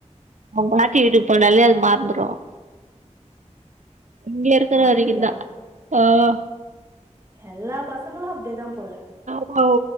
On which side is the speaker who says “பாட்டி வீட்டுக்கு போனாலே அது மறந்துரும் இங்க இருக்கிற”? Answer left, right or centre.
Right